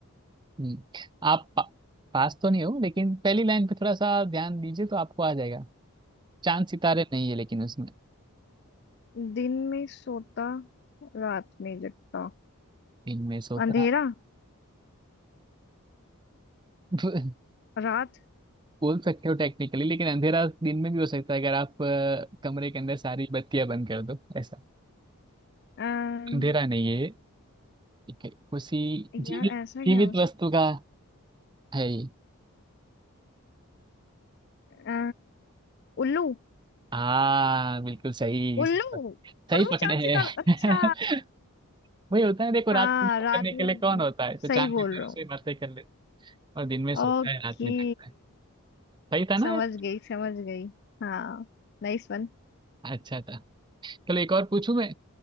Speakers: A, on the right; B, on the left.
A: हम्म आप पा, पास तो नहीं हो लेकिन पहली लाइन पे थोड़ा सा ध्यान दीजिए तो आपको आ जाएगा चांद सितारे नहीं है लेकिन उसमें
B: दिन में सोता रात में जगता
A: दिन में सोता
B: अंधेरा
A: <laughs>
B: रात
A: बोल सकते हो टेक्निकली लेकिन अंधेरा दिन में भी हो सकता है अगर आप अ, कमरे के अंदर सारी बत्तियां बंद कर दो ऐसा
B: आ,
A: अंधेरा नहीं है ठीक है उसी
B: यार
A: जीवित
B: ऐसा क्या
A: जीवित
B: हो सकता
A: वस्तु का है ये।
B: अ, उल्लू
A: हाँ बिल्कुल सही
B: उल्लू
A: सही
B: पर वो
A: पकड़े
B: चांद
A: हैं
B: सितारा अच्छा
A: <laughs> वही होता है देखो रात
B: हाँ
A: को बात
B: रात
A: करने
B: में
A: के लिए कौन होता है तो
B: सही
A: चांद की
B: बोल
A: तरह
B: रहा हूँ
A: से ही बातें कर ले और दिन में सोता
B: ओके
A: है रात में थकता है सही था ना
B: समझ गई समझ गई हाँ Nice one
A: अच्छा था चलो एक और पूछूं मैं